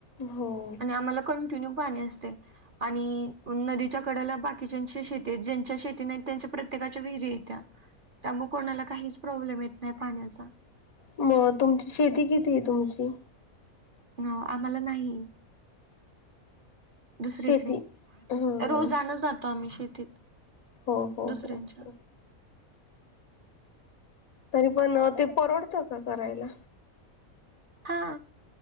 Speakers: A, on the left (about 85°); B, on the right (about 50°).
A: हो..
B: आणि आम्हाला कंटिन्यू पाणी असतय. आणि नदीच्या कडला बाकीच्याची शेती ज्यांच्या शेत नाही त्यांच्या प्रत्येकाच्या विहिरी हायत्या त्यामुळे कोणाला काहीच प्रॉब्लेम येत नाही पाण्याचा.
A: मग तुमची शेती किती आहे तुमची?
B: ह आम्हाला नाही. दुसरी
A: शेती
B: स
A: हा हा
B: रोजान जातो आम्ही शेतीत.
A: हो हो
B: दुसऱ्यांच्या
A: हो हो. तरी पण ते परवडतं का करायला.
B: हा